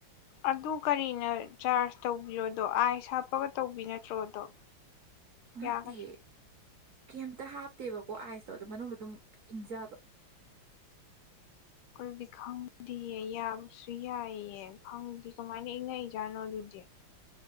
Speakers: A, on the left; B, on the right.
A: ꯑꯗꯨ ꯀꯔꯤꯅ ꯆꯥꯔꯖ ꯇꯧꯕꯤꯔꯣ ꯑꯗꯣ ꯑꯥꯏꯁ ꯍꯥꯞꯄꯒ ꯇꯧꯕꯤ ꯅꯠꯇ꯭ꯔꯣꯗꯣ
B: ꯉꯇꯦ
A: ꯌꯥꯒꯅꯤ
B: ꯀꯩꯝꯇ ꯍꯥꯞꯇꯦꯕꯀꯣ ꯑꯥꯏꯁꯇꯣ ꯑꯗꯨ ꯃꯅꯨꯡꯗ ꯑꯗꯨꯝ ꯏꯪꯖꯕ
A: ꯑꯗꯨꯈꯗꯤ ꯈꯪꯗꯗꯤꯌꯦ ꯌꯥꯕꯁꯨ ꯌꯥꯏꯑꯌꯦ ꯈꯪꯗꯤ ꯀꯃꯥꯏꯅ ꯏꯪꯉꯛꯏꯖꯥꯠꯅꯣ ꯑꯗꯨꯗꯤ <inaudible>